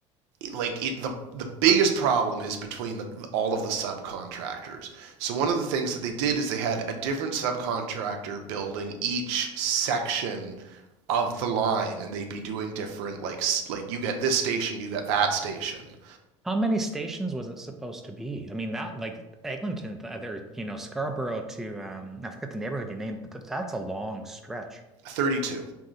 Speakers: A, on the right (about 70°); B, in the centre.
A: like it the the biggest problem is between the, all of the subcontractors. So one of the things that they did is they had a different subcontractor building each section of the line and they'd be doing different like like you get this station, you get that station.
B: How many stations was it supposed to be? I mean, that like Eglinton, the other, you know, Scarborough to um, I forget the neighborhood you named, but th that's a long stretch.
A: 32